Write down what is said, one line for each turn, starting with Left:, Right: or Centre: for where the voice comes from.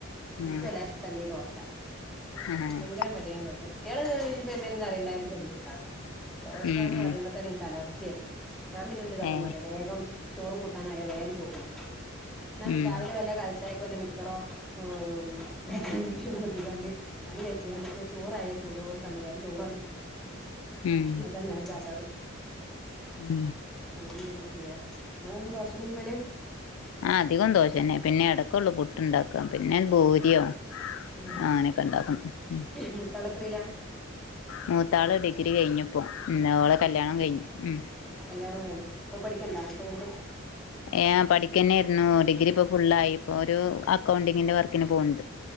Centre: ഇൻക്ക്
Left: ആഹ്
Centre: വല്ലാതെ ഇഷ്ടല്ല ഈ ദോശ
Left: ആഹ്
Centre: ഭയങ്കര മടിയാണ് ദോശം കുട്ട്യാള് ഇനിപ്പോ എന്തെലും കറിയിണ്ടായാലും തിന്നുട്ടാ ദോശാന്ന്
Left: ഉം ഉം
Centre: പറയുമ്പോ തന്നെ ഇൻക്ക് അലർജ്യാണ് ഞാൻ പിന്നെന്ത് കാട്ടുന്നറിയോ
Left: ഏഹ്
Centre: വേഗം ചോറും കൂട്ടാനും അയാ വേം ചോറ്ന്നും ന്നാ
Left: ഉം
Centre: രാവിലെ വല്ല കാൽച്ചായക്ക് വല്ല മിച്ചറോ ഏ് മറ്റെന്തെങ്കിലും കൂട്ടിക്കാണ്ട് അതെച്ചെ അല്ലെങ്കി ഞാൻ ചോറായ ചൂടോട് കാണ്ട് വേം ചോറങ് തിന്നും
Left: ഉം
Centre: അതാ ഞാൻ കാട്ടാറ്
Left: ഉം
Centre: അങ്ങനെ എന്തേലൊക്കെ ചെയ്യാ ഇങ്ങള് എന്നും ദോശന്നെ ചുടല്
Left: ഞാൻ അധികം ദോശന്നെ പിന്നെടക്കാെള്ളൂ പുട്ട്ണ്ടാക്കാ പിന്നെ ഭൂര് യ്യോ
Centre: ഉം
Left: ആനെക്കെ ഇണ്ടാക്കും ഉം
Centre: മൂത്താളെത്രയിലാ
Left: മൂത്താള് ഡിഗ്രി കഴിഞ്ഞുപ്പോ ന്നെ ഓളെ കല്യാണം കഴിഞ്ഞു ഉം
Centre: കല്യാണോം കഴിഞ്ഞു ഇപ്പ പഠിക്ക്ണ്ടാ എന്നിട്ട് വീണ്ടും
Left: യേഹ് പഠിക്കന്നെയ്രുന്നു ഡിഗ്രി ഇപ്പോ ഫുള്ളായി ഇപ്പൊ ഒരു അക്കൗണ്ടിങ്ങിന്റെ വർക്കിന് പോണ് ണ്ട്